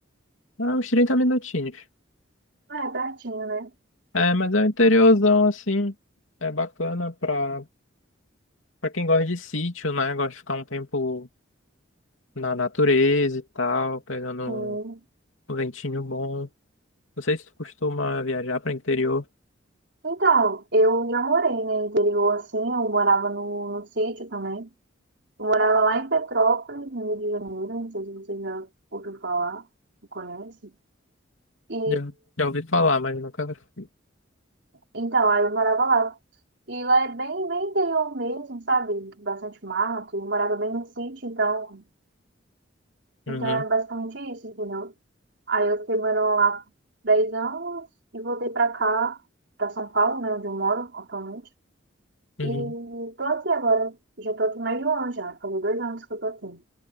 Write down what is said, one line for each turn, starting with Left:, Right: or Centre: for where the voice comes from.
Left: é uns 30 minutinhos.
Right: Ah, é pertinho, né?
Left: É, mas é um interiorzão, assim, é bacana pra Pra quem gosta de sítio, né? Gosta de ficar um tempo na natureza e tal, pegando
Right: Sim.
Left: um ventinho bom. Não sei se tu costuma viajar para interior.
Right: Então, eu já morei né, no interior, assim, eu morava no, no sítio também. Eu morava lá em Petrópolis, no Rio de Janeiro, não sei se você já ouviu falar, não conhece. E,
Left: Já, já ouvi falar, mas nunca fui.
Right: então, aí eu morava lá. E lá é bem, bem interior mesmo, sabe? Bastante mato. Eu morava bem no sítio, então,
Left: Uhum,
Right: então é basicamente isso, entendeu? Aí eu fiquei morando lá 10 anos e voltei pra cá, pra São Paulo, né, onde eu moro atualmente.
Left: uhum.
Right: E tô aqui agora. Já tô aqui mais de um ano já. Faz dois anos que eu tô aqui.